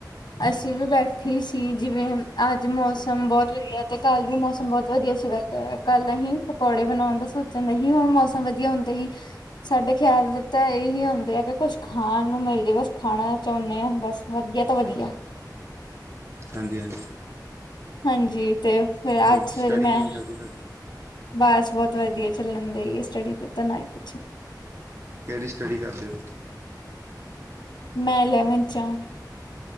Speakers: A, on the left; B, on the right.
A: ਅਸੀਂ ਵੀ ਬੈਠੇ ਈ ਸੀ, ਜਿਵੇਂ ਅੱਜ ਮੌਸਮ ਬਹੁਤ ਵਧੀਆ ਤੇ ਕੱਲ੍ਹ ਵੀ ਮੌਸਮ ਬਹੁਤ ਵਧੀਆ ਸੀਗਾ। ਤੇ ਕੱਲ ਅਹੀਂ ਪਕੌੜੇ ਬਣਾਉਣ ਦਾ ਸੋਚਣ ਦੇ ਹੀ। ਹੁਣ ਮੌਸਮ ਵਧੀਆ ਹੁੰਦੇ ਈ ਸਾਡੇ ਖਿਆਲ ਵਿ ਤਾਂ ਇਹੀ ਆਉਂਦੇ ਆ ਕਿ ਕੁਛ ਖਾਣ ਨੂੰ ਮਿਲ ਜੇ ਬਸ, ਖਾਣਾ ਚਾਉਨੇ ਆਂ ਬਸ, ਵਧੀਆ ਤੋਂ ਵਧੀਆ।
B: ਹਾਂਜੀ ਹਾਂਜੀ।
A: ਹਾਂਜੀ, ਤੇ ਫਿਰ
B: ਹੋਰ
A: ਅੱਜ
B: ਸਟੱਡੀ
A: ਫਿਰ ਮੈਂ
B: ਕਿਵੇਂ ਚੱਲਦੀ ਤੁਹਾਡੀ
A: ਬਸ, ਬਹੁਤ ਵਧੀਆ ਚੱਲਣ ਡਈਏ ਸਟੱਡੀ ਦਾ ਤਾਂ ਨਾ ਹੀ ਪੁੱਛੋ।
B: ਕਿਹੜੀ ਸਟੱਡੀ ਕਰਦੇਓ?
A: ਮੈਂ ਇਲੈਵਨਥ'ਚ ਆਂ।